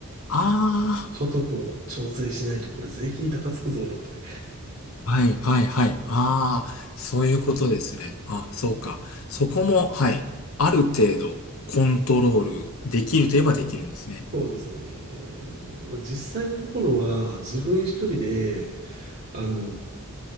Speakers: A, on the left (about 65°); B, on the right (about 45°).
A: あ
B: 所得を調整しないとこれ税金高つくぞとかね。
A: あ、はい、はい、はい。ああ、そういうことですね。あ、そうか。そこも、はい。ある程度、コントロールできるといえばできるんですね。
B: そうですね。えーまあ実際のところは自分一人で、あの、